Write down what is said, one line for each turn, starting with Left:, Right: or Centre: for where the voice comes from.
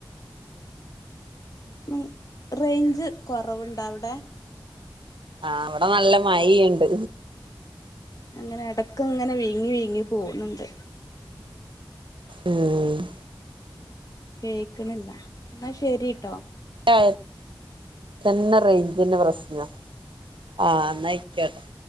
Left: ഉം റേഞ്ച് കുറവുണ്ടോ അവിടെ?
Right: ആഇവടെ നല്ല മഴയുണ്ട്.
Left: അങ്ങനെ ഇടക്ക ഇങ്ങനെ വീയ് ങ്ങി വിയ്ങ്ങി പോണ ണ്ട്..
Right: ഉം.
Left: കേക്കണില്ല എന്നാ ശരിട്ടോ.
Right: ര എന്ന റേഞ്ചിന്റെ പ്രശ്ന ആ എന്നായിക്കോട്ടോ-